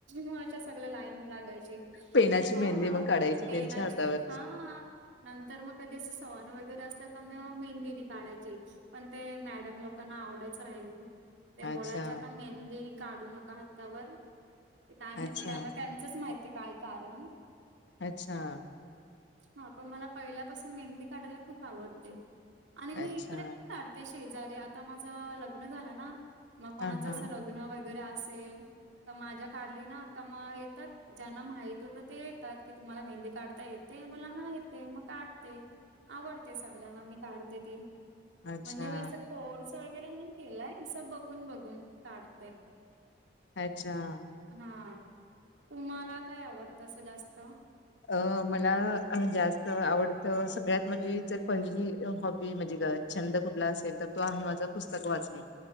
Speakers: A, on the right; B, on the left.
A: म अशा सगळ्या लाईन लागायची
B: पेनाची
A: हा
B: मेहंदी
A: हा
B: मग काढायची
A: पेनाची
B: त्यांच्या हातावर
A: हा, तर मग कधी असं सण वगैरे असलं का मग मेहंदीनी काढायची. पण ते मॅडम लोकांना आवडचं नाही. ते
B: अच्छा
A: बोलायच्या का मेहंदी काढू नका हातावर ते काय माहिती
B: अच्छा
A: त्यांना त्यां त्याच माहितीय काय कारण,
B: अच्छा
A: हा पण मला पहिल्यापासून मेहंदी काढायला खूप आवडते. आणि मी
B: अच्छा
A: इकडे पण काढते शेजारी आता माझं लग्न झालं ना मग कोणाचं
B: हा हा
A: असं लग लग्न वगैरे असेल. का माझ्या काढली ना का म येतात ज्यांना माहित होतं ते येतात की तुम्हाला मेहंदी काढता येत ते बोला हा येते मग, काढते आवडते सगळ्यांना मी काढते ती
B: अच्छा
A: म्हणजे मी असं कोर्स वगै वगैरे नाही केलंय असं बघून बघून काढते.
B: अच्छा.
A: हा तुम्हाला काय आवडतस जास्त.
B: अ मला जास्त आवडतं सगळ्यात माझी जर पहिली हॉबी म्हणजे ग छंद कुठला असेल तर तो आहे माझं पुस्तक वाचणे.